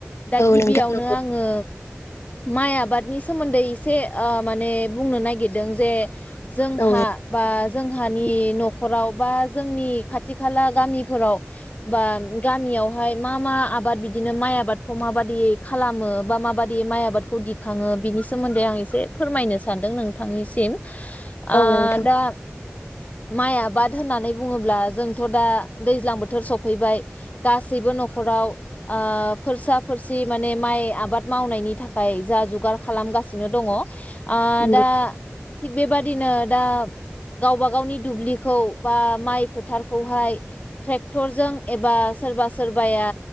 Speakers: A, on the left; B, on the left.
A: दा गिबियावनो
B: नोंथां
A: आङो माइ आबादनि सोमोन्दै एसे ओ माने बुंनो नागिरदों जे जोंहा
B: औ
A: बा जोंहानि नखराव बा जोंनि खाथि खाला गामिफोराव बा गामियावहाय मा मा आबाद बिदिनो माइ आबादखौ माबादियै खालामो बा माबादियै माइ आबादखौ दिखाङो बिनि सोमोन्दै आं एसे फोरमायनो सानदों नोंथांनिसिम। ओ
B: औ नोंथां
A: दा माइ आबाद होननानै बुङोब्ला जोंथ दा दैज्लां बोथोर सफैबाय गासैबो नखराव ओ फोरसा फोरसि माने माइ आबाद मावनायनि थाखाय जा जुगार खालामगासिनो दङ ओ
B: नंगौ
A: दा थिग बेबादिनो दा गावबा गावनि दुब्लिखौ बा माइ फोथारखौहाय ट्रेक्टरजों एबा सोरबा सोरबाया